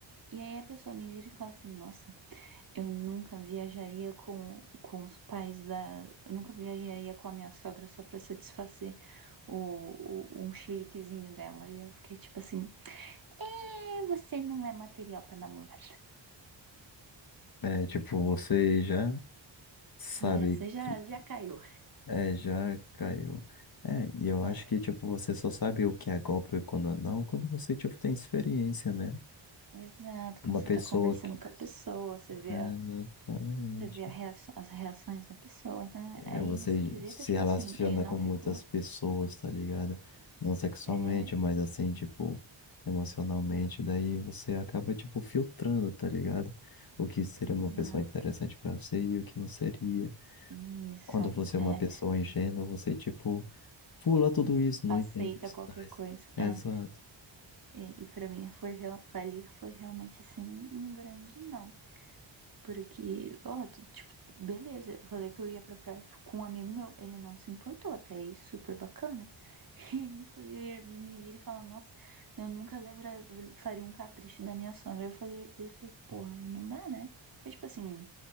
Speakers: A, on the right (about 45°); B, on the left (about 50°).
A: E aí a pessoa me vira e fala assim, nossa, Eu nunca viajaria com, com os pais da. Eu nunca viajaria com a minha sogra só pra satisfazer o, o- um chiliquezinho dela. E eu fiquei tipo assim: é, você não é material pra namorar.
B: É, tipo, você já sabe
A: Né? Você já,
B: que.
A: já caiu.
B: É, já caiu. É, e eu
A: É,
B: acho que, tipo, você só sabe o que é golpe e quando não, quando você, tipo, tem experiência, né?
A: exato.
B: Uma
A: Quando você
B: pessoa
A: tá conversando
B: que.
A: com a pessoa, você
B: É,
A: vê, a-
B: exatamente.
A: você vê a reaço- as reações da pessoa. Então,
B: É,
A: aí
B: você
A: nesse quesito,
B: se
A: tipo
B: relaciona
A: assim, ele não
B: com
A: ficou.
B: muitas pessoas, tá ligado? Não sexualmente,
A: É,
B: mas assim, tipo, emocionalmente. Daí você acaba, tipo, filtrando, tá ligado? O que seria
A: exato.
B: uma pessoa interessante pra você e o que não seria.
A: Isso.
B: Quando você é uma
A: É,
B: pessoa ingênua, você, tipo, pula tudo isso, não
A: aceita
B: entende os
A: qualquer
B: sinais.
A: coisa.
B: Exato.
A: É. E, e para mim foi real, falir foi realmente assim um, um grande não. Porque, ó, tu- tipo, beleza, eu falei que eu ia pra praia com um amigo meu, ele não se importou, até aí super bacana. <laughs> E Ele foi vir- me vir e falar, nossa, eu nunca lembra, faria um capricho da minha sogra. Eu falei, ele falei, porra, aí não dá, né? Mas, tipo assim,